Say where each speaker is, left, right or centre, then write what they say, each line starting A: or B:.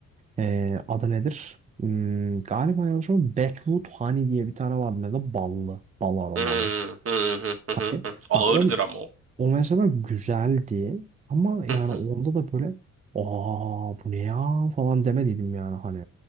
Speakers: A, on the right; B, on the right.
A: Ee, adı nedir? Hmm, galiba yanlış o Backwood Honey diye bir tane vardı mesela ballı, bal aromalı.
B: hı, hı, hı, hı,
A: Hani
B: hı, hı. ağırdır
A: bak o
B: ama o.
A: o mesela güzeldi ama yani
B: Hı, hı.
A: onda da böyle aa bu ne ya falan demediydim yani hani.